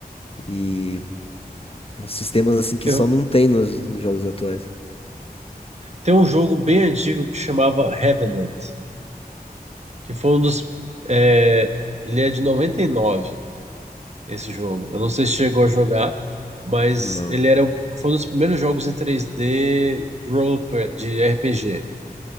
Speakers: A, on the left; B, on the right.
A: e uns sistemas, assim, que só
B: Eu,
A: não tem nos, nos jogos atuais.
B: tem um jogo bem antigo que chamava Revenant. Que foi um dos. é, ele é de 99 esse jogo. Eu não sei se chegou a jogar, mas
A: Não.
B: ele era, o- foi um dos primeiros jogos em três d role, play- de RPG.